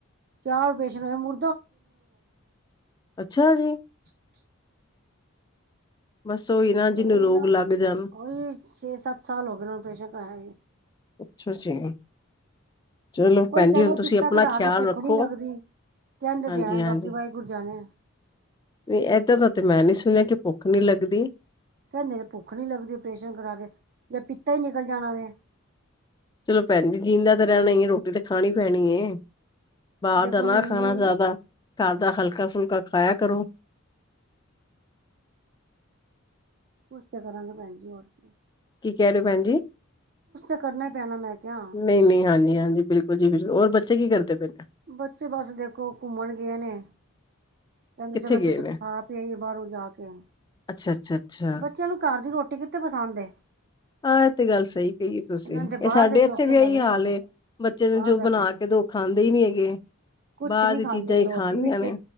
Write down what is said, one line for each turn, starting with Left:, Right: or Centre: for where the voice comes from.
Right: ਚਾਰ ਔਪੇਸ਼ਨ ਹੋਏ ਮੁ
Left: ਅੱਛਾ ਜੀ।
Right: <unintelligible>
Left: ਬਸ ਨਾ
Right: ਉਹੀ
Left: ਜਿਹਨੂੰ ਰੋਗ
Right: ਨਾ
Left: ਲੱਗ ਜਾਣ
Right: ਉਹੀ ਛੇ ਸੱਤ ਸਾਲ ਹੋ ਗਏ ਮੈਂ ਔਪਰੇਸ਼ਨ ਕਰਾਇਆ ਸੀ।
Left: ਉਛ ਚੀ ਚਲੋ
Right: ਉਹੀ
Left: ਭੈਣ
Right: ਕਹਿੰਦੇ
Left: ਜੀ ਹੁਣ ਤੁਸੀਂ
Right: ਪਿੱਤਾ
Left: ਆਪਣਾ
Right: ਕਢਾ
Left: ਖਿਆਲ
Right: ਕੇ ਭੁੱਖ
Left: ਰੱਖੋ,
Right: ਨੀ ਲੱਗਦੀ ਕਹਿੰਦੇ
Left: ਹਾਂਜੀ-ਹਾਂਜੀ
Right: ਤੇ ਐ ਬਾਕੀ ਵਾਹਿਗੁਰ ਜਾਨੇ ਆ।
Left: ਨਹੀਂ ਏਦਾਂ ਦਾ ਤੇ ਮੈਂ ਨੀ ਸੁਣਿਆ ਕਿ ਭੁੱਖ ਨੀ ਲੱਗਦੀ।
Right: ਕਹਿੰਦੇ ਨੇ ਭੁੱਖ ਨੀ ਲੱਗਦੀ ਔਪਰੇਸ਼ਨ ਕਰਾ ਕੇ ਜਾਦ ਪੀਤਾ ਹੀ ਨਿਕਲ ਜਾਣਾ ਵੇ
Left: ਚਲੋ ਭੈਣ ਜੀ ਜੀਂਦਾ ਤਾਂ ਰਹਿਣਾ ਹੀ ਹੈ ਰੋਟੀ ਤਾਂ ਖਾਣੀ ਪੈਣੀ ਐ ਬਾਹਰ
Right: ਦੇਖੋ
Left: ਦਾ ਨਾ
Right: ਹੁਣ
Left: ਖਾਣਾ
Right: ਵੀ
Left: ਜ਼ਿਆਦਾ ਘਰ ਦਾ ਹਲਕਾ ਫੁਲਕਾ ਖਾਇਆ ਕਰੋ,
Right: ਕੁਛ ਤੇ ਕਰਾਂਗੇ ਭੈਣ ਜੀ ਹੋਰ ਕੀ,
Left: ਕੀ ਕਹਿ ਰਹੇ ਹੋ ਭੈਣ ਜੀ,
Right: ਕਰਨਾ ਹੀ ਪੈਣਾ ਮੈਂ ਕਿਹਾ
Left: ਨਹੀਂ-ਨਹੀਂ, ਹਾਂਜੀ-ਹਾਂਜੀ ਬਿਲਕੁਲ ਜੀ ਬਿਲਕੁਲ ਹੋਰ ਬੱਚੇ ਕੀ ਕਰਦੇ ਨੇ,
Right: ਬੱਚੇ ਬਸ ਦੇਖੋ ਘੁੰਮਣ ਗਏ ਨੇ ਕਹਿੰਦੇ
Left: ਕਿੱਥੇ
Right: ਚਲੋ ਅਸੀਂ
Left: ਗਏ
Right: ਕੁਛ
Left: ਨੇ?
Right: ਖਾ ਆਈਏ ਬਾਹਰੋਂ ਜਾ ਕੇ
Left: ਅੱਛਾ-ਅੱਛਾ-ਅੱਛਾ,
Right: ਬੱਚਿਆਂ ਨੂੰ ਘਰ ਦੀ ਰੋਟੀ ਰੋਟੀ ਕਿੱਥੇ ਪਸੰਦ ਏ,
Left: ਹਾਂ ਇਹ ਤੇ ਗੱਲ ਸਹੀ, ਕਹੀਏ ਤੁਸੀਂ
Right: ਇਹਨਾਂ
Left: ਇਹ
Right: ਦੇ ਬਾਹਰ
Left: ਸਾਡੇ
Right: ਦੇ
Left: ਇੱਥੇ
Right: ਚੋਸੇ
Left: ਵੀ
Right: ਲੱਗਣੇ
Left: ਇਹੀ ਹਾਲ
Right: ਹੋਣੇ
Left: ਏ ਬੱਚੇ ਨੂੰ
Right: ਬਾਹਰ
Left: ਜੋ
Right: ਦਾ
Left: ਬਣਾ
Right: ਖਾਣਾ
Left: ਕੇ ਦੋ ਖਾਂਦੇ ਹੀ ਨੀ ਹੈਗੇ,
Right: ਕੁਛ
Left: ਬਾਹਰ
Right: ਨੀ
Left: ਦੀ
Right: ਖਾਂਦੇ
Left: ਚੀਜ਼ਾਂ ਹੀ
Right: ਰੋਟੀ
Left: ਖਾਣੀਆਂ
Right: ਪਛੇ
Left: ਨੇ।